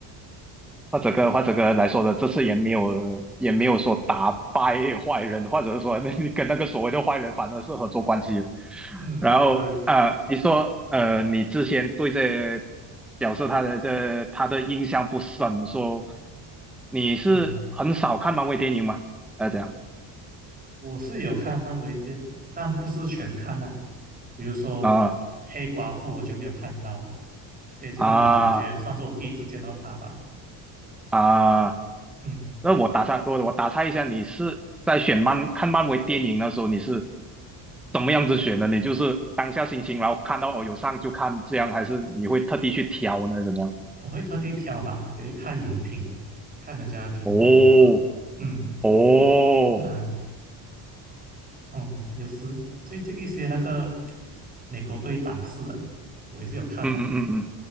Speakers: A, in the centre; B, on the right (about 20°).
A: 或者跟或者跟来说的，这次也没有也没有说打败坏人，或者是说那你跟 <laughs> 那个所谓的坏人反而是合作关系。
B: 嗯，
A: 然后呃，
B: 对，
A: 你说呃，你之前对这角色他的这他的印象不深，说你是很少看漫威电影吗？
B: 嗯，
A: 呃，这样
B: 我是有看漫威电影，但不是全看呐、比如说黑寡妇我就没有看到，
A: 啊
B: 所以这个女主角算是我第一次见到她吧。
A: 啊啊
B: 嗯。
A: 那我打岔，我我打岔一下，你是在选漫看漫威电影的时候，你是怎么样子选的？你就是当下心情，然后看到哦有上就看这样，还是你会特地去挑呢？怎么样？
B: 我会特地挑吧，也会看影评，看人家评分如何。
A: 哦
B: 嗯，
A: 哦，哦哦哦
B: 呃，哦，有时最近一些那个 <tsk> 美国队长四啊，我也是有看的。
A: 嗯嗯嗯嗯